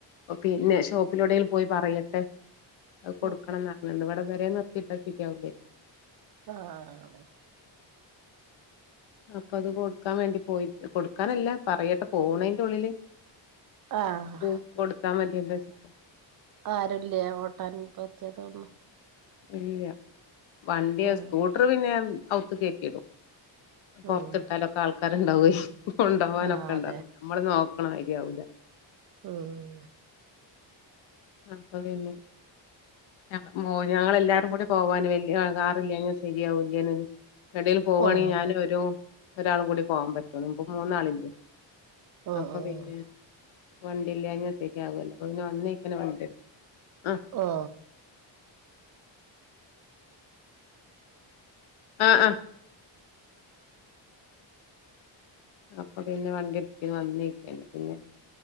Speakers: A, on the left; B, on the right.
A: പിന്നെ ഷോപ്പിലൂടേലും പോയി പറയട്ടെ അത് കൊടുക്കണംന്ന്
B: ഉം
A: പറഞ്ഞെന്നു ഇവടെ വരെ നിർത്തിട്ടാ ശരിയാവൂലെ.
B: ആഹ് അതെ.
A: അപ്പൊ അത് കൊടുക്കാൻ വേണ്ടി പോയി കൊടുക്കാനല്ല പറയട്ടെ പോണേന്റെ ഉള്ളില്
B: ആഹ്
A: ത് കൊടുത്താ മതിയല്ലോച്ച്ട്ടാ
B: ആരൂല്ലേ ഓട്ടാൻ പറ്റിയതൊന്നും
A: ഇല്ല്യ വണ്ടിയാ
B: ഉം
A: സ്കൂട്ടർ പിന്നെ ഞാൻ അൗത്ത്ക്ക്‌ കേറ്റിടും. പൊർത്തിട്ടാലൊക്കെ
B: ഉം
A: ആൾക്കാരുണ്ടാവെയ്യ് കൊണ്ടേവാനൊക്കെ
B: ആഹ്
A: ഉണ്ടാവും
B: അതെ
A: നമ്മള് നോക്കണമാരി ആവൂല.
B: ഉം
A: അപ്പൊ പിന്നെ ഞങ്ങ മോന് ഞങ്ങള് എല്ലാരും കൂടി പോവാന്. വല്യ കാറില്ലേന ശരിയാവൂല്ലേനേന്നും ഏടേലും പോവാണെങ്കിൽ,
B: ഓഹ്
A: ഞാനും ഒരു ഒരാളും കൂടി പോവാൻ പറ്റുള്ളൂ. ഇപ്പം മൂന്നാളില്ലേ
B: ഓഹ്
A: അപ്പൊ,
B: ഓഹ്
A: പിന്നെ വണ്ടില്ലാഞാ ശരിയാവൂല്ല. അപ്പൊ പിന്നെ വന്നേ അങ്ങനെ വണ്ടിട്ത്ത്. ആഹ്
B: ഓഹ്.
A: ആഹ് ആഹ് അപ്പൊ പിന്നെ വണ്ടിട്ത്തീനു വന്നേയ്ക്കന്നെ പിന്നെ